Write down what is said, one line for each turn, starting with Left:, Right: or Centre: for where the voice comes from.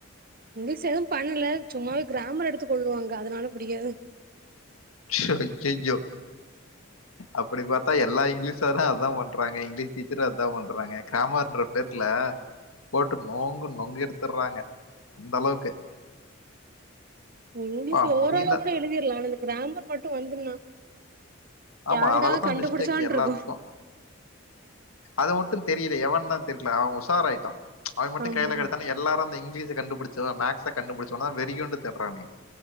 Right: இங்கிலீஷ் எதுவு பண்ல சும்மாவே கிராமர் எடுத்து கொல்லுவாங்க அதுனால புடிக்காது
Left: ஷெடி யையோ அப்டி பாத்தா எல்லா இங்கிலீஷ் சாரு அதா பண்றாங்க இங்கிலீஷ் டீச்சரூ அதா பண்றாங்க காமன்ற பேர்ல போட்டு நோங்கு நொங்கு எடுத்துர்றாங்க அந்த அளவுக்கு
Right: இங்கிலீஷ்ல
Left: அப்பா முடியல.
Right: ஓரளவு கூட எழுதிர்லா ஆனா இந்த க்ராமர் மட்டு வந்துருன்னா
Left: ஆமா,
Right: யாரடா
Left: அதால தான்
Right: கண்டுபுடிச்சான்ருக்கூ
Left: மிஸ்டேக் எல்லாத்துக்கும். அது மட்டு தெரியல எவன் தா தெர்ல அவ உஷாராயிட்டா அவ மட்டு
Right: ஆமா
Left: கைல கெடச்சானா எ ல்லாரு இங்கிலீஷ கண்டுபிடிச்ச மேக்ஸ் கண்டுபிடிச்சவன வெறி கெண்டு தேடுறானே